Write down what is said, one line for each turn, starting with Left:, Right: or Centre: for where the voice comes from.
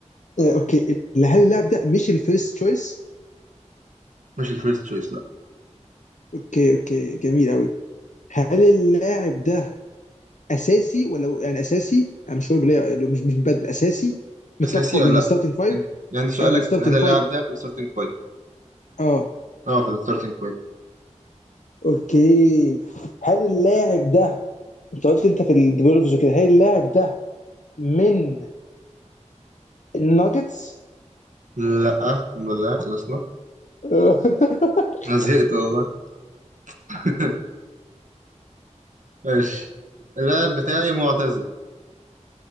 Left: آه، اوكي هل اللاعب ده مش الفيرست تشويس
Right: مش الفيرست تشويس لا
Left: اوكي اوكي جميل قوي هل اللاعب ده اساسي ولا يعني اساسي انا مش هقول ليه مش مش مبدل اساسي من
Right: اساسي
Left: التوب فور-
Right: ولا
Left: من
Right: لا
Left: الستارتنج فايف
Right: أنت- يعني سؤالك
Left: اه من الستارتنج
Right: هل اللاعب
Left: فايف
Right: ده في الستارتنج بوينت
Left: اه
Right: اه في الستارتنج بوينت
Left: اوكي هل اللاعب ده انت قلت انت في الديفلوبرز وكده هل اللاعب ده من الناجتس
Right: لا الحمد لله خلصنا
Left: <laughs>
Right: انا زهقت والله <laughs> ماشي اللاعب بتاعي معتزل